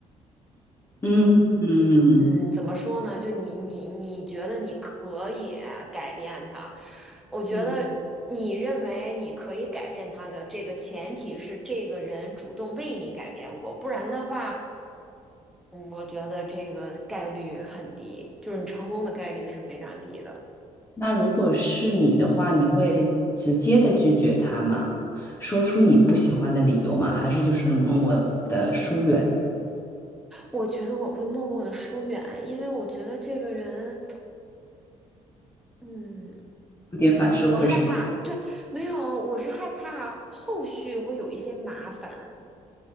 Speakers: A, on the left (about 20°); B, in the centre.
A: 嗯嗯
B: 嗯，怎么说呢？就你你你觉得你可以改变他？我觉得你认为你可以改变他的这个前提是这个人主动为你改变过，
A: 嗯，
B: 不然的话，嗯，我觉得这个概率很低，就是你成功的概率是非常低的。
A: 那如果是你的话，你会直接的拒绝他吗？说出你不喜欢的理由吗？还是就是默默的疏远，
B: 我觉得我会默默的疏远，因为我觉得这个人，嗯，
A: 有点反社会是吗？
B: 我害怕，对，没有，我是害怕后续会有一些麻烦。